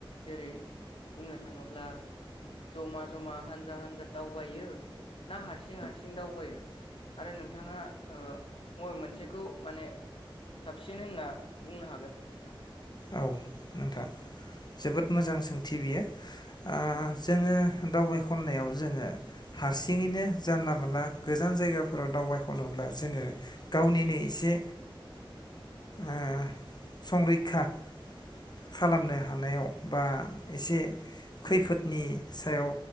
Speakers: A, on the left (about 75°); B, on the left (about 50°).
A: जेरै बुंनो थाङोब्ला जमा जमा हानजा हानजा दावबायो ना हारसिं हारसिं दावबायो आरो नोंथाङा ओ मबे मोनसेखौ माने साबसिन होनना बुंनो हागोन नोंथां?
B: औ नोंथां जोबोद मोजां सोंथि बियो। आ
A: औ
B: जोङो दावबाय खनायाव जोङो हारसिङैनो जानला मोनानला गोजान जायगाफोराव दावबायखनोब्ला जोङो गावनिनो एसे ओ संरैखा खालामनो हानायाव बा एसे खैफोदनि सायाव